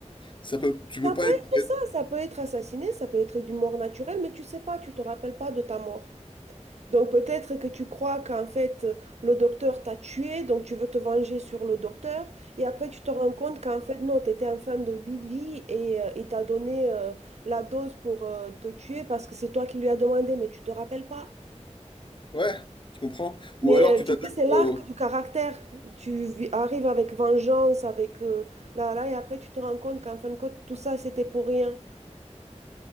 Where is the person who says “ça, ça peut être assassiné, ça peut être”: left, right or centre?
Right